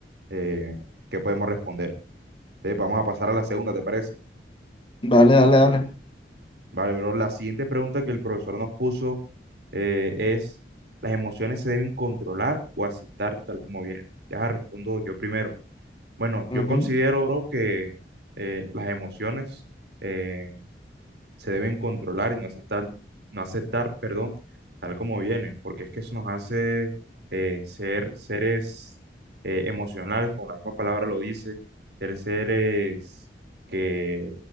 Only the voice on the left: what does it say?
Dale, dale, dale.
Ujú.